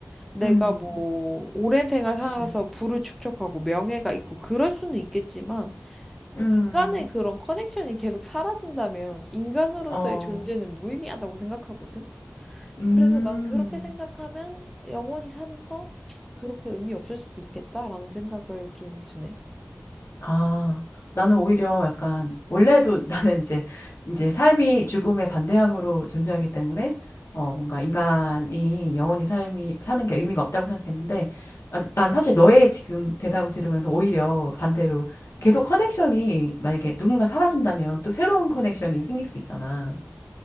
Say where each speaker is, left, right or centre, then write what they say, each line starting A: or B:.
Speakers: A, in the centre; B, on the left.
A: 내가
B: 음,
A: 뭐 오랜 생활
B: 그치.
A: 살아서 부를 축적하고 명예가 있고 그럴 수는 있겠지만
B: 음,
A: 인간의 그런 커넥션이 계속 사라진다면 인간으로서의
B: 어,
A: 존재는 무의미하다고 생각하거든.
B: 음.
A: 그래서 난 그렇게 생각하면 영원히 사는 거 그렇게 의미 없을 수도 있겠다라는 생각을 좀 드네.
B: 아, 나는 오히려 약간 원래도 <laughs> 나는 이제 이제 삶이 죽음의 반대항으로 존재하기 때문에 어 뭔가 인간이 영원히 삶이 사는 게 의미가 없다고 생각했는데 아, 난 사실 너의 지금 대답을 들으면서 오히려 반대로 계속 커넥션이 만약에 누군가 사라진다면 또 새로운 커넥션이 생길 수 있잖아.